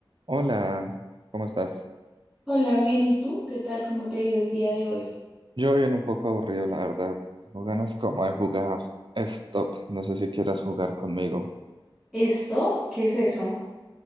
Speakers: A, on the right; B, in the centre.
A: Hola, ¿cómo estás?
B: Hola, bien, ¿y tú? ¿Qué tal? ¿Cómo te ha ido el día de hoy?
A: Yo bien un poco aburrido, la verdad. Tengo ganas como de jugar Stop. No sé si quieras jugar conmigo.
B: Stop, ¿qué es eso?